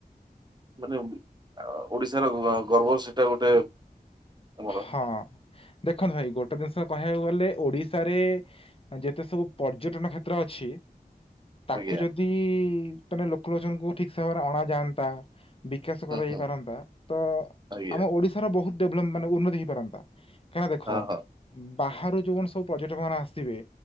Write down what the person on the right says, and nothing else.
ମାନେ ଆ ଓଡିଶାର ଗ ଗର୍ବ ସେଟା ଗୋଟେ। ଆମର
ଆଜ୍ଞା।
ହୁଁ
ହୁଁ
ଆଜ୍ଞା
ହଁ ହଁ